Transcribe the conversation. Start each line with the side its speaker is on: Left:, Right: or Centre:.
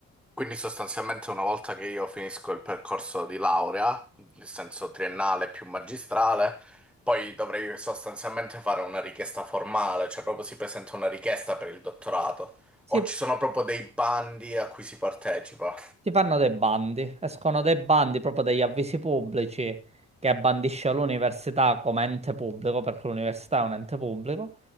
Centre: Quindi sostanzialmente una volta che io finisco il percorso di laurea, nel senso triennale più magistrale, poi dovrei sostanzialmente fare una richiesta formale, cioè proprio si presenta una richiesta per il dottorato.
Right: Si
Centre: O ci sono proprio dei bandi a cui si partecipa.
Right: Si fanno dei bandi, escono dei bandi proprio degli avvisi pubblici che bandisce l'università come ente pubblico, perché l'università è un ente pubblico,